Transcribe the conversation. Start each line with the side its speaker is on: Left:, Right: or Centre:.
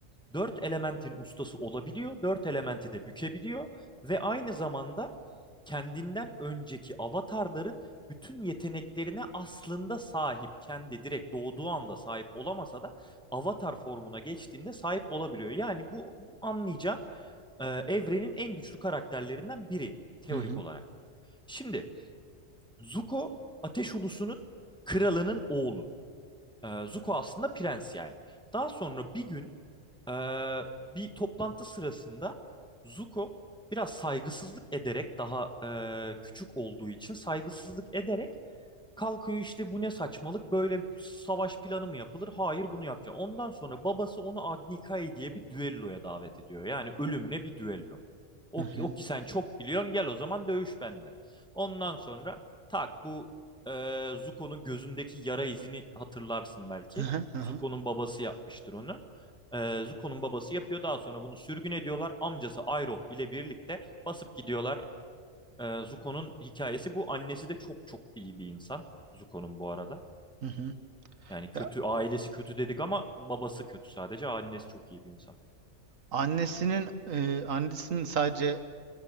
Centre: dört elementin ustası olabiliyor. Dört elementi de bükebiliyor ve aynı zamanda kendinden önceki avatarların bütün yeteneklerine aslında sahip. Kendi direkt doğduğu anda sahip olamasa da avatar formuna geçtiğinde sahip olabiliyor. Yani bu, bu anlayacağın e, evrenin en güçlü karakterlerinden biri teorik
Right: Hı hı.
Centre: olarak. Şimdi Zuko Ateş Ulusu'nun kralının oğlu. E, Zuko aslında prens yani. Daha sonra bir gün ee, bir toplantı sırasında Zuko biraz saygısızlık ederek daha e, küçük olduğu için saygısızlık ederek Kalkıyor işte bu ne saçmalık böyle savaş planı mı yapılır? Hayır bunu yapacak. Ondan sonra babası onu Agnikai diye bir düelloya davet ediyor. Yani ölümüne bir düello. O,
Right: Hı hı.
Centre: ki- o ki sen çok biliyorsun gel o zaman dövüş benimle. Ondan sonra tak bu e, Zuko'nun gözündeki yara izini hatırlarsın belki.
Right: Hı hı. Hı hı.
Centre: Zuko'nun babası yapmıştır onu. E, Zuko'nun babası yapıyor daha sonra bunu sürgün ediyorlar. Amcası Iroh ile birlikte basıp gidiyorlar ee, Zuko'nun hikayesi bu. Annesi de çok çok iyi bir insan. Zuko'nun bu arada.
Right: Hı hı.
Centre: Yani kötü
Right: Ya,
Centre: ailesi kötü dedik ama babası kötü sadece. Annesi çok iyi bir insan.
Right: annesinin e, annesinin sadece